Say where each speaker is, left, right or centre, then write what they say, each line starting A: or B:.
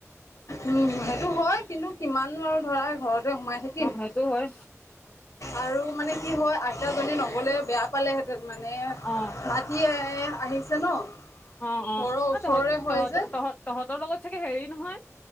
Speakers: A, on the left; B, on the left.
A: উম সেইটো হয় কিন্তু কিমান আৰু ধৰা ঘৰত সোমাই থাকিম
B: অ সেইটো হয়
A: আৰু মানে কি হয় আইতাজনী নগ'লে বেয়া পালেহেতেন মানে
B: অ
A: মাতি ন
B: অঁ অঁ
A: ঘৰৰ ওচৰৰে
B: তহতঁক
A: হয়
B: তহতঁক
A: যে
B: তহতঁক তহতঁক। তহঁতৰ লগত চাগে হেৰি নহয়